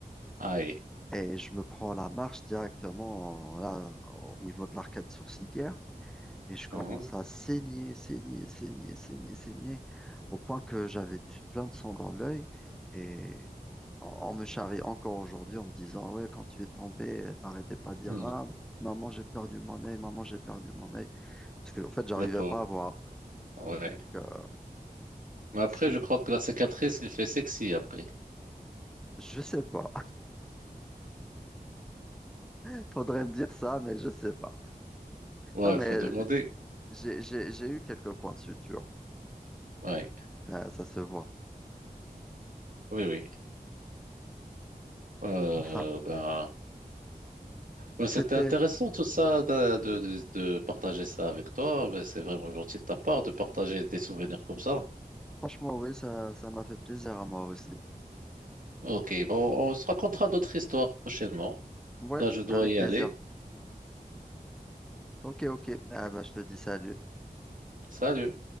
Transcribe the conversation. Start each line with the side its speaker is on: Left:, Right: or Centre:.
Right: Aïe.
Centre: Et je me prends la marche directement euh, là, au niveau de l'arcade sourcilière. Et je commence
Right: Hein?
Centre: à saigner, saigner, saigner, saigner, saigner, au point que j'avais du plein de sang dans l'œil. Et on, on me charrie encore aujourd'hui en me disant, ouais, quand tu es tombé, t'arrêtais pas de dire,
Right: Hmm.
Centre: ah, maman, j'ai perdu mon œil, maman, j'ai perdu mon œil. Parce que, en fait, j'arrivais
Right: Le pauvre.
Centre: pas à voir.
Right: Ouais.
Centre: Donc, euh,
Right: Mais après,
Centre: si,
Right: je crois que la cicatrice, il fait sexy après.
Centre: je sais pas. <laughs> Faudrait me dire ça, mais je sais pas.
Right: Ouais,
Centre: Non, mais
Right: il faut demander.
Centre: j'ai, j'ai, j'ai eu quelques points de suture.
Right: Ouais.
Centre: Ça, ça se voit.
Right: Oui, oui. Euh,
Centre: Enfin,
Right: ben, ben,
Centre: c'était,
Right: c'était intéressant tout ça de, de, de- de partager ça avec toi. Ben, c'est vraiment gentil de ta part de partager des souvenirs comme ça.
Centre: franchement, oui, ça, ça m'a fait plaisir à moi aussi.
Right: Ok, bon, on se racontera d'autres histoires prochainement.
Centre: Ouais,
Right: Là, je dois
Centre: avec
Right: y
Centre: plaisir.
Right: aller.
Centre: Ok, ok. Ah bah, je te dis salut.
Right: Salut.